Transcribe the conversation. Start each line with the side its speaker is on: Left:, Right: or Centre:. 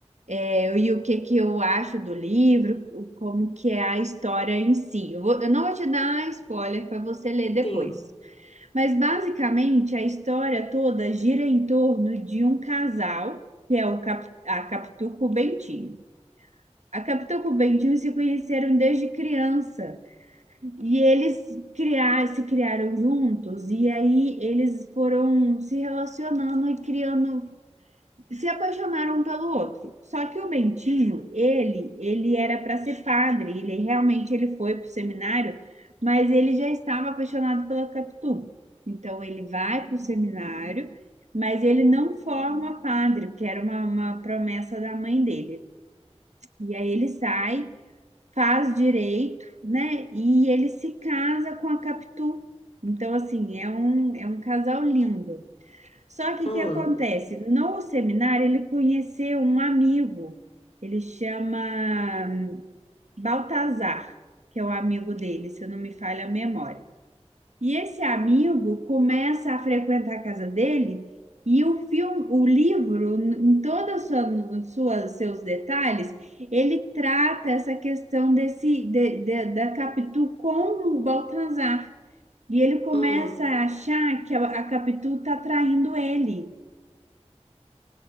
Right: É, e o que que eu acho do livro, o- como que é a história em si. Eu, vou- eu não vou te dar spoiler para você ler depois.
Left: Sim.
Right: Mas basicamente a história toda gira em torno de um casal, que é o Cap, a Capitu com o Bentinho. A Capitu com o Bentinho se conheceram desde criança. E eles criar, se criaram juntos, e aí eles foram se relacionando e criando, se apaixonaram um pelo outro. Só que o Bentinho, ele, ele era para ser padre, ele realmente ele foi para o seminário, mas ele já estava apaixonado pela Capitu. Então ele vai para o seminário, mas ele não forma padre, porque era uma, uma promessa da mãe dele. E aí ele sai faz direito, né? E ele se casa com a Capitu. Então, assim, é um, é um casal lindo. Só que
Left: Hum,
Right: o que acontece? No seminário, ele conheceu um amigo, ele chama Baltazar, que é o amigo dele, se não me falha a memória. E esse amigo começa a frequentar a casa dele e o filme, o livro, em todos os seus detalhes, ele trata essa questão desse de- de- da Capitu com o Baltazar. E ele começa
Left: hum.
Right: a achar que a, a Capitu está traindo ele.